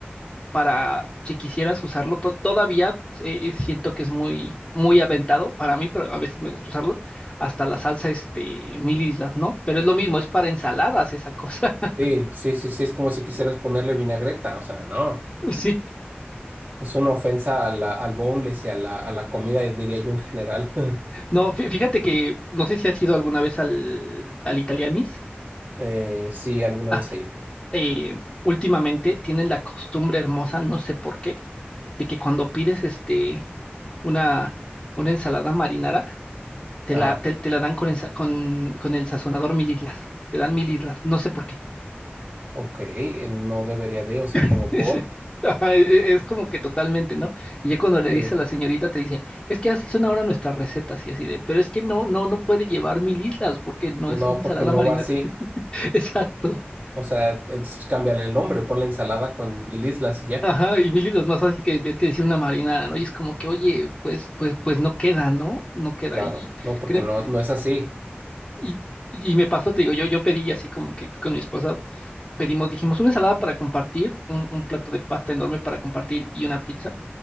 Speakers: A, on the left (about 20°); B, on the right (about 45°).
A: para si quisieras usarlo. To- todavía eh, eh, siento que es muy, muy aventado para mí, pero a veces me gusta usarlo. Hasta la salsa, este, mil islas, ¿no? Pero es lo mismo, es para ensaladas esa cosa. <laughs>
B: Sí, sí, sí, sí, es como si quisieras ponerle vinagreta, o sea, no.
A: Sí.
B: Es una ofensa a la- al boneless y a la, a la comida, diría yo en general. <laughs>
A: No, fí- fíjate que no sé si has ido alguna vez al, al Italianis.
B: Eh, sí, alguna
A: Ah,
B: vez he ido.
A: eh, últimamente tienen la costumbre hermosa, no sé por qué, de que cuando pides este, una, una ensalada marinara, Te
B: Ah,
A: la, te, te la dan con el, sa- con, con el sazonador mil islas. Te dan mil islas, no sé por qué.
B: ok, eh, no debería de, o sea,
A: <laughs>
B: como por.
A: Es, ajá, e- e, es como que totalmente, ¿no? Y ya cuando le
B: sí.
A: dice a la señorita, te dice, es que así son ahora nuestras recetas y así de, pero es que no, no, no puede llevar mil islas porque no
B: No,
A: es una ensalada
B: porque no
A: marinara.
B: va así.
A: <laughs> Exacto.
B: O sea, entonces cámbiale el nombre, ponle ensalada con mil islas y ya.
A: Ajá, y mil islas más fácil que en vez que decir una marinara, ¿no? Y es como que, oye, pues, pues, pues no queda, ¿no? No queda.
B: Claro,
A: Y, y
B: no, porque
A: créeme-
B: no, no es así.
A: y- y me pasó, te digo, yo, yo pedí así como que fui con mi esposa pedimos, dijimos una ensalada para compartir, un, un plato de pasta enorme para compartir y una pizza.